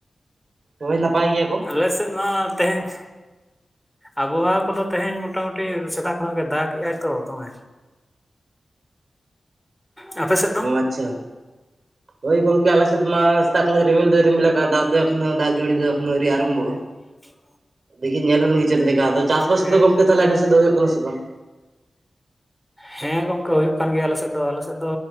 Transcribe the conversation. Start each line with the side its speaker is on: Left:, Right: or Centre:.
Right: ᱦᱳᱭ ᱱᱟᱯᱟᱭ ᱜᱮᱭᱟ ᱠᱚ᱾
Centre: ᱟᱞᱮᱥᱮᱫ ᱢᱟ ᱛᱮᱦᱮᱧ, ᱟᱵᱷᱚᱣᱟ ᱠᱚᱫᱚ ᱛᱮᱦᱮᱧ ᱢᱚᱴᱟᱢᱩᱴᱤ ᱥᱮᱛᱟᱜ ᱠᱷᱚᱱᱟᱜ ᱜᱮ ᱫᱟᱜᱮᱜᱟᱭ ᱛᱚ ᱫᱚᱢᱮ᱾ ᱟᱯᱮ ᱥᱮᱫ ᱫᱚ
Right: ᱚ ᱟᱪᱪᱷᱟ᱾ ᱦᱳᱭ ᱜᱚᱝᱠᱮ ᱟᱞᱮᱥᱮᱫᱽ ᱢᱟ ᱥᱮᱛᱟᱜ ᱠᱷᱚᱱ ᱨᱤᱢᱤᱞ ᱫᱚᱭ ᱨᱤᱢᱤᱞ ᱟᱠᱟᱫ ᱫᱟᱜ ᱫᱚ ᱮᱠᱷᱚᱱᱳ ᱫᱟᱜ ᱡᱟᱹᱲᱤ ᱫᱚ ᱮᱠᱷᱚᱱᱳ ᱟᱹᱣᱨᱤ ᱟᱨᱚᱢᱵᱷᱚᱜᱼᱟ᱾
Centre: <inaudible>
Right: ᱫᱤᱠᱷᱤ ᱧᱮᱞ ᱦᱩᱞ ᱞᱮᱱᱜᱮ ᱪᱮᱫ ᱞᱮᱠᱟ ᱟᱫᱚ ᱪᱟᱥᱻᱵᱟᱥ
Centre: ᱦᱮᱸ
Right: ᱠᱚᱫᱚ ᱜᱚᱝᱠᱮ ᱛᱟᱦᱞᱮ ᱟᱵᱮᱱ ᱥᱮᱫ ᱫᱚ ᱦᱩᱭᱩᱜ ᱠᱟᱱᱟ ᱥᱮ ᱵᱟᱝ?
Centre: ᱦᱮᱸ ᱜᱚᱝᱠᱮ ᱦᱩᱭᱩᱜ ᱠᱟᱱ ᱜᱮᱭᱟ ᱟᱞᱮᱥᱮᱫ ᱫᱚ ᱟᱞᱮᱥᱮᱫ ᱫᱚ